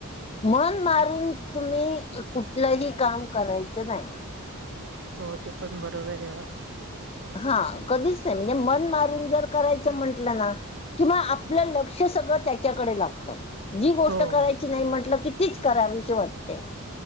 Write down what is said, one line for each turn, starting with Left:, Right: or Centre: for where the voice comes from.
Left: मन मारून तुम्ही कुठलंही काम करायचं नाय.
Right: हो ते पण बरोबर आहे वा
Left: हा कधीच नाही म्हणजे मन मारून जर करायचं म्हटलं ना किमान आपलं लक्ष सगळं त्यांच्याकडे लागतं जी गोष्ट
Right: हो
Left: करायची नाही म्हटलं की तीच करावीशी वाटते.